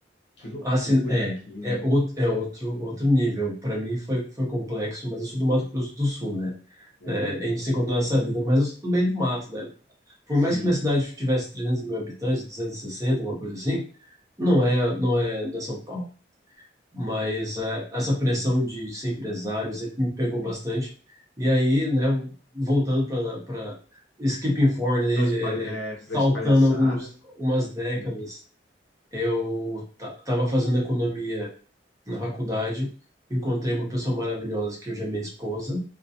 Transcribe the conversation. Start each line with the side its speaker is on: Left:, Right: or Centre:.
Left: Que loucura
Right: Assim, é,
Left: aquilo.
Right: é outro, é outro, outro nível. Para mim foi, foi complexo, mas eu sou do Mato Grosso do Sul, né?
Left: né?
Right: É, a gente se encontrou nessa vida, mas eu sou do meio do mato, né? Por
Left: Sim,
Right: mais que minha cidade
Left: sim.
Right: tivesse 300 mil habitantes, 260, alguma coisa assim, não é, não é, não é São Paulo. mas é, essa pressão de ser empresário sempre me pegou bastante. E aí, né, voltando para skipping forward, aí,
Left: para as palha-
Right: é, é,
Left: é, pras
Right: saltando
Left: palhaçadas.
Right: alguns, umas décadas,
Left: né?
Right: eu estava fazendo economia na faculdade, encontrei uma pessoa maravilhosa que hoje é minha esposa.